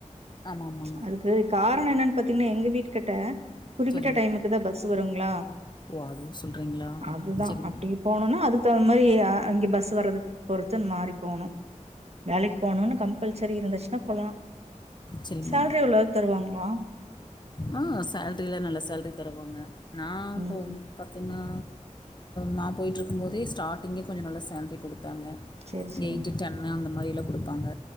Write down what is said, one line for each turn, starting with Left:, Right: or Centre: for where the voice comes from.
Left: ஆமா, ஆமாங்க.
Right: அதுக்கு காரணோ என்னன்னு பாத் திங்னா எங்க வீட்டு கிட்ட குறிப்பிட்ட
Left: சரிங்க.
Right: டைமுக்கு தா பஸ் வருங்களா
Left: ஓ! அதுவும் சொல்றீங்களா?
Right: அதுதா
Left: சரிங்க,
Right: அப்டி போனும்னா அதுக்கு தகுந்த மாரி அங்க பஸ் வரதுக்கு பொருத்து மாறி போனு வேலைக்கு போனுன்னு கம்பல்சரி இருந்துச்சுன்னா போலா
Left: சரிங்க.
Right: சேல்ரி எவ்ளவு தருவாங்ளா
Left: ஆ சேல்ரிலா நல்ல சேல்ரி தருவாங்க நா அப்போ
Right: ம்
Left: பாத்தீங்ன்னா நா பொய்ட்ருக்கும் போதே ஸ்டார்டிங்கே கொஞ்சோ நல்ல சேல்ரி குடு தாங்க
Right: சேரி சேரிங்க
Left: எய்ட்டு டென்னு அந்த அந்த மாரியிலா குடுப்பாங்க